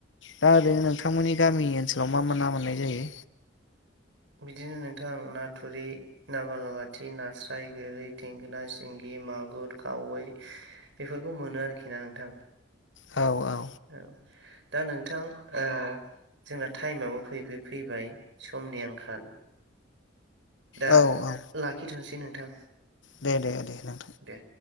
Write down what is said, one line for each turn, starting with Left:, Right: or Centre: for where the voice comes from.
Left: दा ओरैनो नोंथांमोननि गामि ओनसोलाव मा मा ना मोननाय जायो?
Right: बिदिनो नोंथां ना थुरि ना बालाबाथि नास्राय गोरै थेंगोना सिंगि मागुर खावै बेफोरखौ मोनो आरोखि ना नोंथां
Left: औ औ
Right: औ दा नोंथां ओ जोंना टाइमाबो फै फै फैबाय समनि आंखाल दा
Left: औ औ
Right: लाखिथ'सै नोंथां
Left: दे दे दे नोंथां
Right: दे।